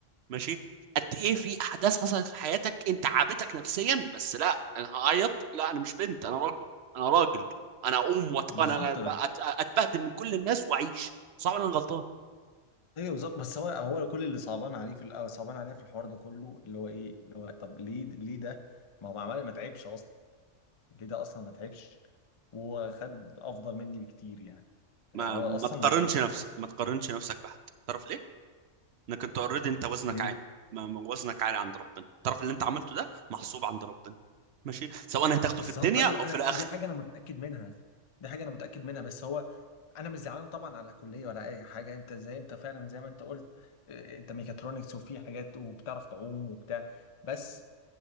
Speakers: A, on the right; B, on the left.
A: ماشي قد ايه في احداث حصلت في حياتك انت عابتك نفسيا بس لا انا هعيط لا انا مش بنت انا رجل انا راجل انا اقوم وأت...
B: بالظبط
A: انا أنا
B: بقى
A: أت... اتبهدل من كل الناس واعيش صعب انا غلطان
B: ايوه بالظبط بس هو هو كل اللي صعبان عليه في الأول صعبان عليه في الحوار ده كله اللي هو ايه اللي هو طب ليه ليه ده ما هو معمل ما تعبش اصلا ليه ده اصلا ما تعبش وخد افضل مني بكتير يعني
A: ما
B: هو
A: ما
B: اصلا
A: تقارنش
B: ما تعبش
A: نفسك ما تقارنش نفسك بحد تعرف ليه انك انت اوريدي انت وزنك
B: ليه
A: عالي ما ما وزنك عالي عند ربنا تعرف اللي انت عملته ده محسوب عند ربنا ماشي سواء هتاخده
B: بالظبط
A: في الدنيا
B: ايوه
A: او
B: انا
A: في الاخره
B: دي حاجه انا متاكد منها دي حاجه انا متاكد منها بس هو انا مش زعلان طبعا على كليه ولا اي حاجه انت زي انت فعلا زي ما انت قلت آه، انت ميكاترونكس وفي حاجات وبتعرف تعوم وبتاع بس